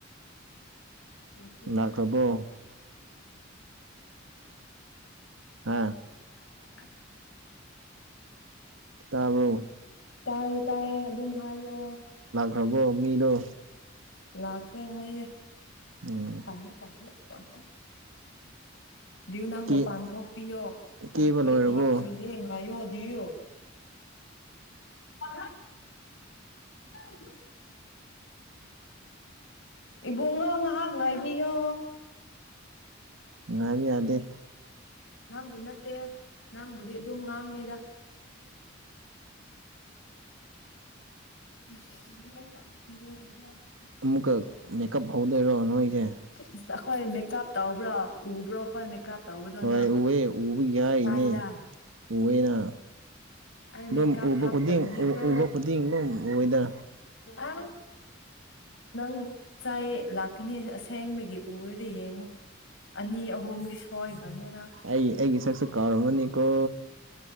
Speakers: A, on the left (about 70°); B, on the right (about 80°).
A: ꯄꯔꯤ ꯄꯤ
B: ꯂꯥꯛꯈ꯭ꯔꯕꯣ
A: ꯎ ꯎ
B: ꯍꯥ
A: ꯔ ꯎꯝ
B: ꯇꯥꯕꯣ
A: ꯇꯥꯦ ꯇꯥꯌꯦ ꯑꯗꯨꯝ ꯍꯥꯏꯣ
B: ꯍꯕꯣ ꯃꯤꯂꯣ
A: ꯂꯈ ꯍꯥꯏꯏꯌꯦ
B: ꯎꯝ
A: ꯀꯦ ꯀꯥꯏꯦ ꯄꯂ ꯌꯨ ꯅꯪ
B: ꯀꯦ
A: ꯃꯄꯥꯟ ꯊꯣꯛꯄꯤꯌꯣ
B: ꯀꯦꯕ
A: ꯑꯩ ꯐꯨꯔꯤꯠꯇ
B: ꯂꯣꯏꯔꯕꯣ
A: ꯍꯥꯞꯇ꯭ꯔꯤ ꯌꯦꯡ ꯍꯥꯏꯌꯣ ꯗꯑꯣ ꯍꯜꯂꯣ <unintelligible> ꯏꯕꯨꯡꯉꯣ ꯉꯥꯏꯍꯥꯛ ꯉꯥꯏꯕꯤꯌꯣ
B: ꯉꯥꯡꯕꯤ ꯌꯥꯗꯦ
A: ꯅꯪꯒꯅꯠꯇꯦ ꯅꯪꯕꯨꯗꯤ ꯑꯗꯨꯝ ꯉꯥꯡꯅꯤꯗ ꯎꯝ <unintelligible>
B: ꯑꯃꯨꯛꯀ ꯃꯦꯀꯞ ꯍꯧꯗꯣꯏꯔꯣ ꯅꯣꯏꯁꯦ
A: ꯁꯤꯁ ꯑꯩꯈꯣꯏ ꯃꯦꯀꯞ ꯇꯧꯕ꯭ꯔꯣ ꯎꯕ꯭ꯔꯣ ꯑꯩꯈꯣꯏ ꯃꯦꯀꯞ ꯇꯧꯕꯗꯣ
B: ꯍꯣꯏ
A: ꯅꯪ
B: ꯎꯑꯦ ꯎꯕ ꯌꯥꯏꯅꯦ
A: ꯀꯥꯏꯗ
B: ꯎꯑꯦꯅ
A: ꯑꯩ
B: ꯑꯗꯨꯝ
A: ꯃꯦꯀꯞ
B: ꯎꯕ
A: ꯍꯥꯞꯇꯕꯅꯤꯀꯣ
B: ꯈꯨꯗꯤꯡ ꯎꯕ ꯈꯨꯗꯤꯡ ꯑꯗꯨꯝ ꯑꯣꯏꯣꯏꯗ
A: ꯑꯥ ꯅꯪ ꯆꯥꯏ ꯂꯥꯛꯀꯅꯤ ꯑꯁꯦꯡꯕꯒꯤ ꯎꯔꯗꯤ ꯌꯦꯡꯉꯣ ꯑꯅꯤ ꯑꯍꯨꯝꯗꯤ ꯁꯣꯏꯈ꯭ꯔꯕꯅꯤꯅ
B: ꯑꯩ ꯑꯩꯒꯤ ꯁꯛꯁꯨ ꯀꯥꯎꯔꯝꯃꯅꯤ ꯀꯨ